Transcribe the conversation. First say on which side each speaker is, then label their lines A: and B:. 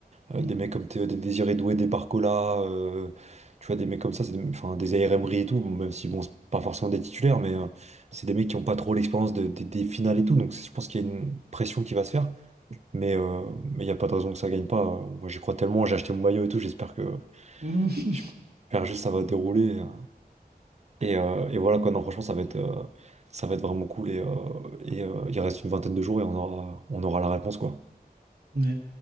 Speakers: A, on the right; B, on the right.
A: Euh,
B: Mm.
A: des mecs comme Théo, des Désiré Doué, des Barcola, euh, tu vois, des mecs comme ça, c'est des, enfin, des AR Emery et tout, bon, même si, bon, c'est pas forcément des titulaires, mais euh, c'est des mecs qui ont pas trop l'expérience de- des des finales et tout, donc c'est- je pense qu'il y a une pression qui va se faire, mais euh, mais il n'y a pas de raison que ça gagne pas. euh, Moi, j'y crois tellement, j'ai acheté mon maillot et tout, j'espère que,
B: Mm.
A: j'espère juste que ça va dérouler. euh, Et, euh, et voilà, quoi, non, franchement, ça va être, euh, ça va être vraiment cool, et, euh, et euh, il reste une vingtaine de jours et on aura, on aura la réponse, quoi.
B: <laughs> Ouais.